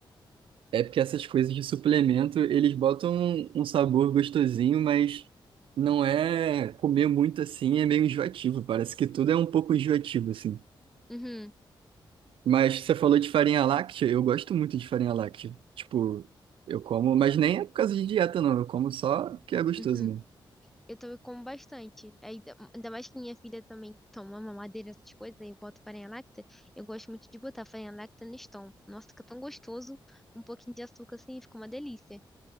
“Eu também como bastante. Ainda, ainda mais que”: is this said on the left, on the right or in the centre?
Centre